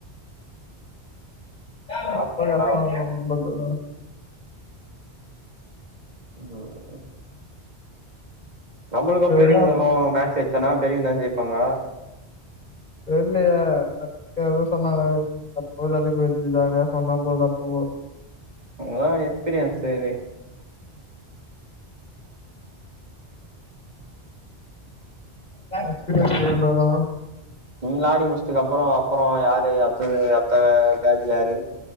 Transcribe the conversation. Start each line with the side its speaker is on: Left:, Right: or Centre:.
Left: <inaudible>
Right: ஆத்துல ஆட ம் நம்பளுக்
Left: சரி,
Right: பெரியவங்களுக்கு
Left: என்ன?
Right: மேட்ச் வச்சன்னா பெரியவங்தா ஜெய்ப்பாங்க
Left: தெர்லையே ஏதோ சொன்னாங்க அப்ப போ <unintelligible> போது ஜாலியா ஃபன் ஆ போகு அப்போ
Right: அவங்கதா எக்ஸ்பீரியன்ஸ் இனி
Left: எக்ஸ்பிரியன்ஸ் இருந்தாதா
Right: நீங்ளா ஆடி முடிஸ்துக் அப்பறோ அப்றோ யாரு அத்தது அத்த பேஜ் யாரு